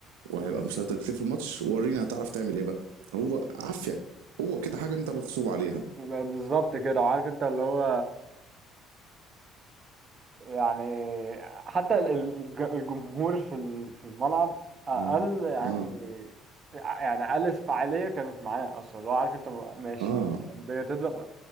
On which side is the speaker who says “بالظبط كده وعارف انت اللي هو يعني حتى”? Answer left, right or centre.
Right